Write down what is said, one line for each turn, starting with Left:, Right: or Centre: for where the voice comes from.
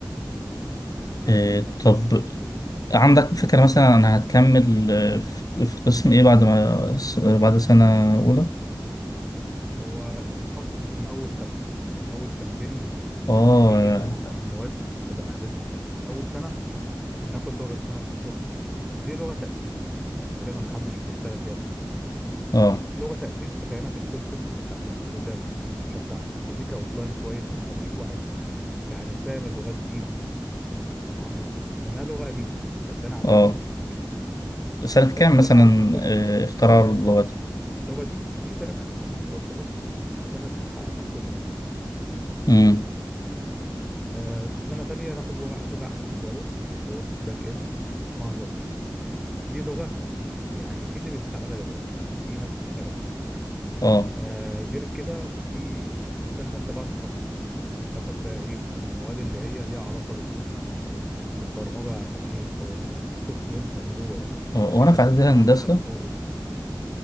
Left: إيه، طب
Centre: بس
Left: عندك فكرة مثلا أنا هتكمل آه، في في قسم إيه بعد ما س- بعد سنة أولى؟
Centre: هو التخصص من أول تالتة يعني أول سنتين بيبقى
Left: آه
Centre: فيه معظم المواد تبقى بيزك ساينس أول سنة بناخد لغة اسمها سي بلس بلس دي لغة تأسيس يعني تقريبا محدش بيشتغل بيها في مصر
Left: آه
Centre: لغة تأسيس تفهمك الكونسبتس بتاعت البروجرامنج بشكل عام تديك أوتلاين كويس وتخليك واحد يعني فاهم اللغات دي عاملة إزاي بما إنها لغة قديمة فاتبنى عليها
Left: آه
Centre: لغات كتير
Left: سنة
Centre: تاني
Left: كام
Centre: سنة
Left: مثلا
Centre: ناخد
Left: آه، اختراع اللغات؟
Centre: اللغة دي دي تقريبا سي بلس بلس سنة 85
Left: مم.
Centre: آه، سنة تانية ناخد لغة لغة أحدث شوية لغة باك إند اسمها جافا دي لغة يعني في اللي بيستعملها دلوقتي في ناس بتشتغل بيها
Left: آه
Centre: آه غير كده في سنة تالتة بقى التخصص تاخد بقى إيه المواد اللي هي ليها علاقة بال... بالبرمجة أو إيه أو السوفت وير من جوه بقى
Left: آه، وأنا
Centre: في مادة
Left: في إعدادية
Centre: اسمها
Left: هندسة
Centre: مثلا أو إس